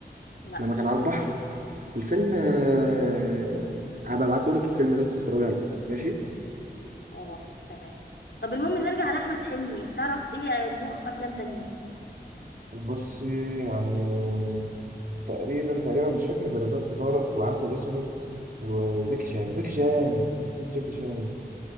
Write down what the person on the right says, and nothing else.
لما
كان
على البحر
الفيلم آه، هبقى ابعتهولك الفيلم ده تتفرج عليه ماشي
بص يعني تقريبا تقريبا مش فاكر غير ظرف طارق وعسل اسود وزكي شان زكي شان نسيت زكي شان